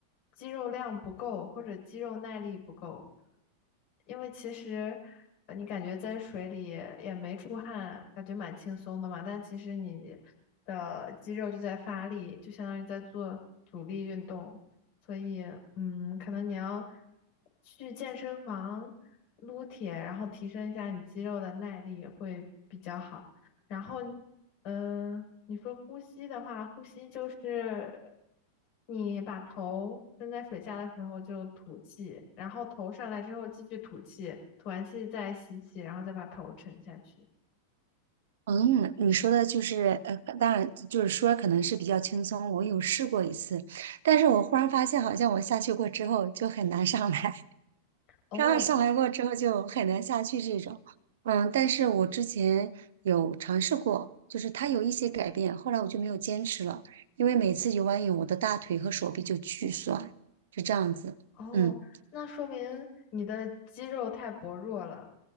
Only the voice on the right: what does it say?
嗯，你说的就是，呃，当然就是说可能是比较轻松，我有试过一次，但是我忽然发现好像我下去过之后就很难上来，<laughs>
然后上来过之后就很难下去这种。嗯，但是我之前有尝试过，就是它有一些改变，后来我就没有坚持了，因为每次游完泳我的大腿和手臂就巨酸，就这样子。
嗯